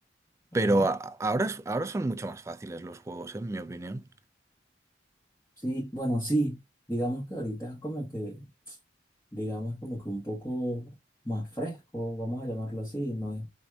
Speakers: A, on the left; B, on the right.
A: Ajá.
B: Pero a- ahora, es- ahora son mucho más fáciles los juegos, ¿eh? En mi opinión.
A: Sí, bueno, sí, digamos que ahorita como que digamos, como que un poco más fresco, vamos a llamarlo así, no es,